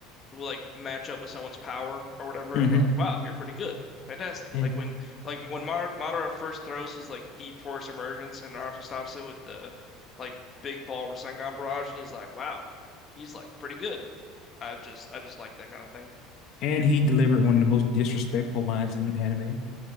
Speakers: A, on the left; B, on the left.
A: who like match up with someone's power or whatever,
B: hmm
A: and they're like, "Wow, you're pretty good, fantastic!"
B: And
A: Like when like when Mar Madara first throws his like deep force emergence, and Naruto stops it with the like big ball Rasengan barrage, and he's like, "Wow, he's like pretty good." I just I just like that kind of thing.
B: and he delivered one of the most disrespectful lines in anime.